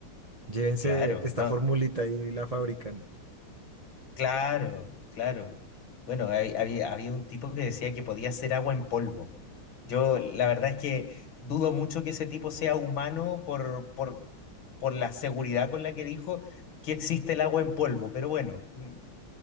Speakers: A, on the right; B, on the left.
A: Llévense
B: Claro,
A: esta
B: no.
A: formulita y la fabrican.
B: Claro, claro. Bueno, hay- había, había un tipo que decía que podía hacer agua en polvo. Yo la verdad es que dudo mucho que ese tipo sea humano por, por, por la seguridad con la que dijo que existe el agua en polvo, pero bueno, mm,